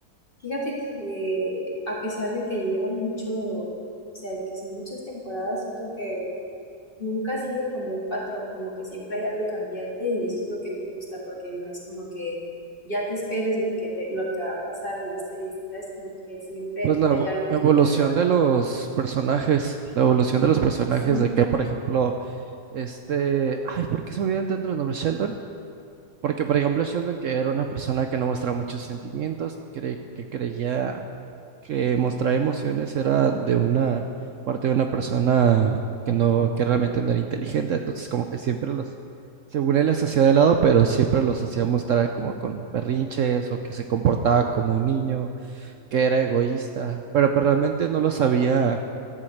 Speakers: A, on the left; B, on the right.
A: fíjate que a pesar de que lleva mucho, o sea, de que son muchas temporadas, siento que Nunca sigue como un patrón, como que siempre hay algo cambiante y eso es lo que me gusta porque no es como que ya te esperes lo que te, lo que va a pasar en la serie, ¿sabes? Como que siempre
B: Pues la
A: hay
B: evo-
A: algo
B: evolución
A: que te innova.
B: de los personajes, la evolución de los personajes
A: Sí,
B: de que, por ejemplo, este, ay, ¿por qué se me olvidan tanto los nombres? Sheldon, porque por ejemplo Sheldon, que era una persona que no mostraba muchos sentimientos, cre- que creía que mostrar emociones era de una parte de una persona que no, que realmente no era inteligente, entonces como que siempre los, según él las hacía de lado, pero siempre los hacía mostrar como con berrinches o que se comportaba como un niño que era egoísta, pero, pues, realmente no lo sabía,